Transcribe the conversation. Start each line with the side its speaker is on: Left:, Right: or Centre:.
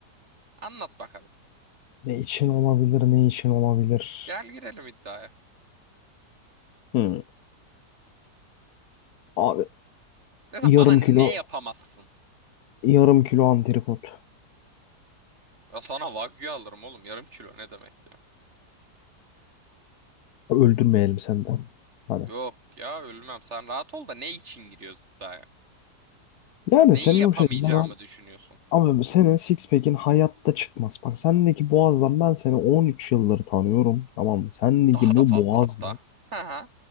Right: Anlat bakalım.
Left: ne için olabilir? Ne için olabilir?
Right: Gel girelim iddiaya.
Left: Hmm. Abi
Right: Mesela
Left: yarım
Right: bana ne
Left: kilo
Right: yapamazsın?
Left: yarım kilo antrikot.
Right: Ya sana wagyu alırım oğlum. Yarım kilo ne demek ya?
Left: Öldürmeyelim senden. Hadi.
Right: Yok ya ölmem. Sen rahat ol da ne için giriyoruz iddiaya?
Left: Yani
Right: Neyi
Left: senin
Right: yapamayacağımı
Left: o şekilde ben
Right: düşünüyorsun?
Left: ama senin six pack'in hayatta çıkmaz. Bak sendeki boğazdan ben seni 13 yıldır tanıyorum. Tamam mı? Sendeki
Right: Daha da
Left: bu
Right: fazla
Left: boğazla
Right: hatta. Hı hı.